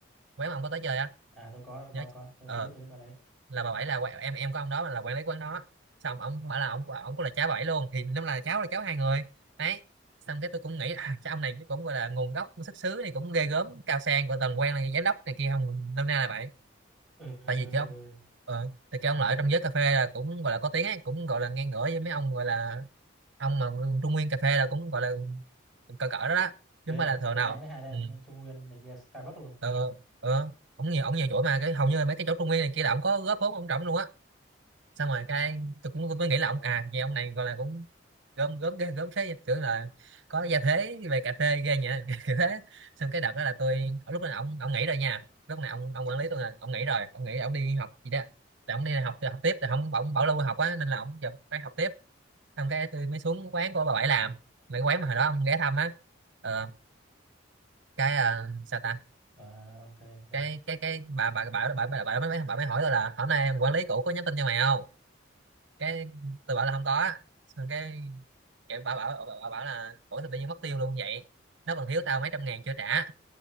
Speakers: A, on the right; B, in the centre.
A: quán mà ông có tới chơi á
B: à tôi có tôi
A: nhớ
B: có có tôi
A: ờ
B: tôi biết tôi biết con đấy
A: là bà bảy là qu- em em của ông đó là quản lý quán đó xong ông bảo là ông ông cũng là cháu bà bảy luôn thì năm là cháu là cháu hai người đấy xong cái tôi cũng nghĩ à, cái ông này cũng gọi là nguồn gốc xuất xứ này cũng ghê gớm cao sang của tầng quan là giám đốc này kia không năm nay là vậy
B: ừ, ừ, ừ.
A: tại vì
B: ừ.
A: cái ông ờ, tại cái ông lợi trong giới cà phê là cũng gọi là có tiếng ấy cũng gọi là ngang ngửa với mấy ông gọi là ông mà trung nguyên cà phê là cũng gọi là cỡ cỡ đó đó
B: ghê
A: chứ không phải
B: vậy
A: là thừa nào
B: ngang với Highland
A: ừ.
B: Trung Nguyên này kia Starbucks luôn
A: ờ, ờ. ông nhiều ông nhiều chỗ mà cái hầu như là mấy cái chỗ trung nguyên này kia là ông có góp vốn ông trọng luôn á xong rồi cái tôi cũng mới nghĩ là
B: ồ
A: ông à vậy ông này gọi là cũng gớm gớm ghê gớm thế tưởng là có gia thế về cà phê ghê nhỉ <laughs> kiểu thế xong cái đợt đó là tôi ở lúc đó ông ông nghỉ rồi nha lúc này ông ông quản lý tôi là ông nghỉ rồi ông nghỉ ông đi học gì đó là ông đi học thì học tiếp thì không ông bảo lưu học á nên là ông giờ phải học tiếp xong cái tôi mới xuống quán của bà bảy làm mấy quán mà hồi đó ông ghé thăm á ờ, cái ờ, sao ta
B: à, ok ok
A: cái cái cái bà bà bà bà bà, bà, mới bà mới hỏi tôi là hôm nay quản lý cũ có nhắn tin cho mày không cái tôi bảo là không có xong cái cái bảo bảo bảo, bảo bảo là ủa sao tự nhiên mất tiêu luôn vậy nó còn thiếu tao mấy trăm ngàn chưa trả